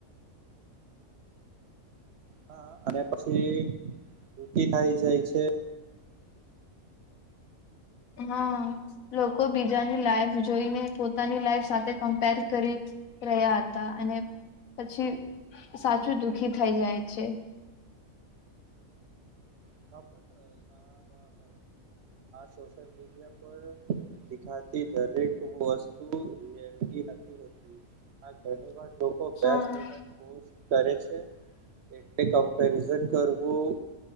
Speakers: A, on the right (about 60°); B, on the left (about 75°).
A: હા અને પછી દુખી થાય જાય છે.
B: હા. લોકો બીજાની લાઈફ જોઈને પોતાની લાઈફ સાથે કમ્પેર કરી રહ્યા હત તા અને પછી સાચું દુખી થઈ જાય છે.
A: <inaudible> સોશલ મીડિયા પર દેખા- - દરેક વસ્તુ <inaudible> નથી હોતી આ ઘણી વાર- - લોકો બેસ્ટ
B: હા
A: મુમેન્ટ કરે છે એટલે કમ્પેરિઝન કરવું